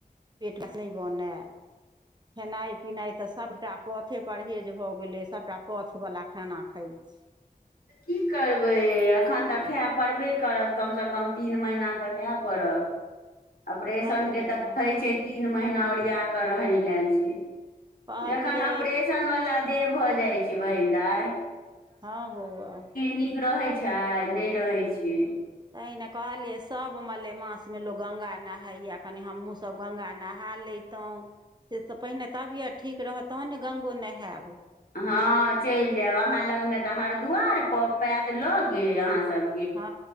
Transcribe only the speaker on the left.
त की करबै एखन तऽ खाय पड़बे करत कमसँ कम तीन महीना तऽ खााय पड़त ऑपरेशनके
तऽ रहै छै तीन महीना ओरिया कऽ रहय लए छै
जखन ऑपरेशनवला देह भऽ जाइ छै बहिना दाई
नीक रहैत छै नहि रहैत छै
हँ चलि जायब अहाँ लगमे तऽ हरिद्वार प पात लगे अहाँसभ